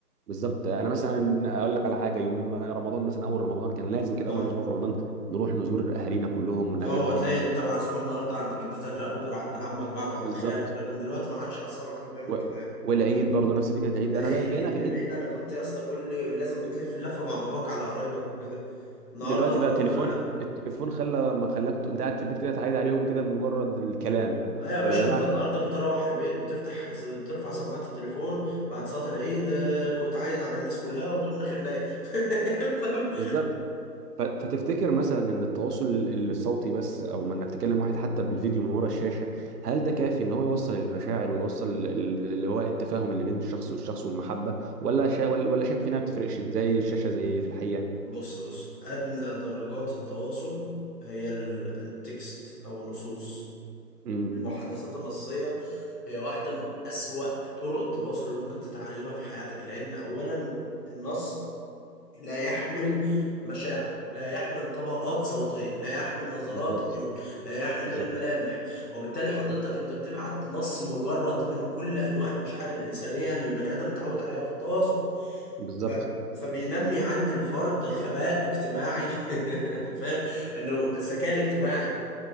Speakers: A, on the right; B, on the left.
A: بالظبط انا مثلا اقول لك على حاجه يوم رمضان مثلا اول رمضان كان لازم كده
B: اه
A: اول اسبوع في رمضان نروح نزور اهالينا كلهم ونقابلهم
B: هو تلاقي
A: ون...
B: انت معزوم النهارده عند جدتك لا بكره عند عمك بعده عند
A: بالظبط
B: خالك لكن دلوقتي ما عادش اصلا حد بيعمل
A: و...
B: كده
A: والعيد برضه نفس فكره العيد
B: العيد
A: انا بقى بقينا في
B: العيد
A: العيد
B: انا كنت يا اسطى كل لازم بتلف اللفه مع باباك على قرايبك وكده النهارده
A: دلوقتي بقى تليفون
B: ما لا
A: التليفون خلى ما خلاك ت- انت قاعد في البيت كده تعيد عليهم كده بمجرد الكلام
B: ايه يا باشا
A: طب يا جماعه
B: انت النهارده بتروح البيت بتفتح س- بترفع سماعه التليفون بعد صلاه العيد آه، كنت بتعيد على الناس كلها وتقوم داخل نايم <laughs> فاهم
A: بالظبط ف... فتفتكر مثلا ان التواصل ال- الصوتي بس او ما انك تكلم واحد حتى بالفيديو من ورا الشاشه هل ده كافي ان هو يوصل المشاعر ويوصل ال- اللي هو التفاهم اللي بين الشخص والشخص والمحبه ولا شا... ولا ولا شايف انها ما بتفرقش زي الشاشه زي في الحقيقه
B: بص بص أدنى درجات التواصل هي ال- التكست أو النصوص
A: امم
B: المحادثات النصية هي واحدة من أسوأ طرق التواصل اللي ممكن تتعلمها في حياتك لأن أولا النص لا يحمل مشاعر لا يحمل طبقات صوتية لا يحمل نظرات
A: بالظبط
B: عيون لا يحمل
A: بالظبط
B: ملامح وبالتالي حضرتك أنت بتبعت نص مجرد من كل أنواع المشاعر الإنسانية اللي البني آدم متعود عليها في التواصل
A: بالظبط
B: ف... فبينمي عند الفرد غباء اجتماعي <laughs> فاهم انه الذكاء الاجتماعي